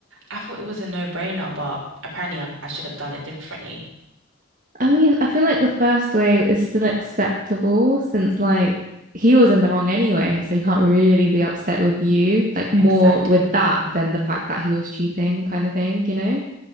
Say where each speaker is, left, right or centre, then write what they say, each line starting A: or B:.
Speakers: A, on the right (about 70°); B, on the right (about 40°).
A: I thought it was a no-brainer, but apparently I, I should have done it differently.
B: I mean, I feel like the first wave is still acceptable since like he was in the wrong anyway, so you can't really be upset with you, like more
A: Exactly,
B: with that than the fact that he was cheating kind of thing, you know?